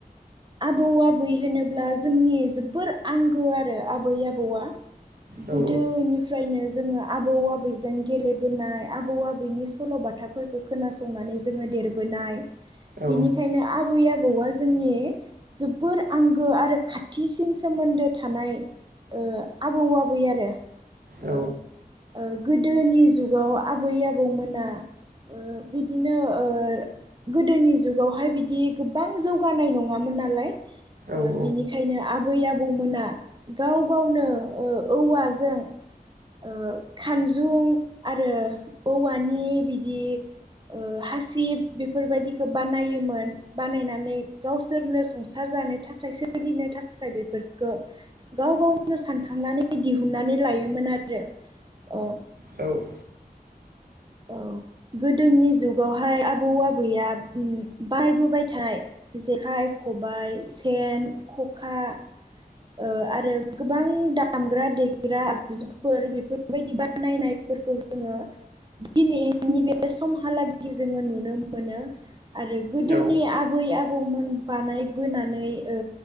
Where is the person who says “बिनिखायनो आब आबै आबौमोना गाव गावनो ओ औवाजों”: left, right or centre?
Right